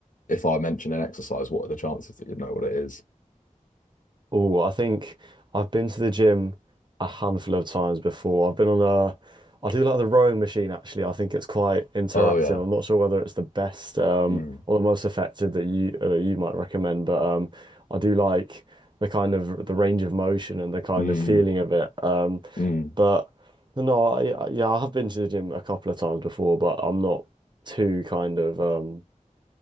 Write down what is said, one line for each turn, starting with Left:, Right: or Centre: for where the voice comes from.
Left: if I mention an exercise, what are the chances that you'd know what it is?
Right: Oh, I think I've been to the gym a handful of times before. I've been on a, I do like the rowing machine actually. I think it's quite interactive.
Left: Oh yeah.
Right: I'm not sure whether it's the best um,
Left: Mm,
Right: or the most effective that you uh, you might recommend, but um, I do like the kind of the range of motion and the kind
Left: mm,
Right: of feeling of it. Um,
Left: mm.
Right: but no, I, yeah, yeah, I have been to the gym a couple of times before, but I'm not too kind of um,